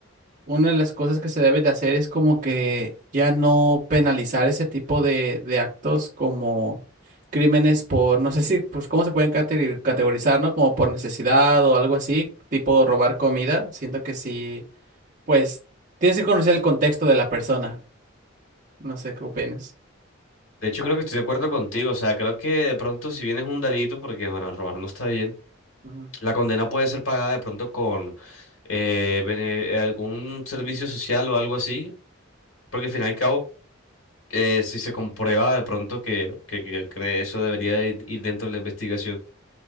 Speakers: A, on the right (about 40°); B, on the left (about 70°).
A: una de las cosas que se deben de hacer es como que ya no penalizar ese tipo de, de actos como crímenes por, no sé si, pues cómo se pueden categ- categorizar, ¿no? Como por necesidad o algo así, tipo robar comida, siento que sí. Pues tienes que conocer el contexto de la persona. No sé qué opinas.
B: De hecho, creo que estoy de acuerdo contigo. O sea, creo que de pronto si bien es un delito, porque bueno, robar no está bien,
A: Ujú.
B: la condena puede ser pagada de pronto con eh, bene- eh, algún servicio social o algo así, porque al fin y al cabo, eh, si se comprueba de pronto que, que, que- que eso debería de ir dentro de la investigación.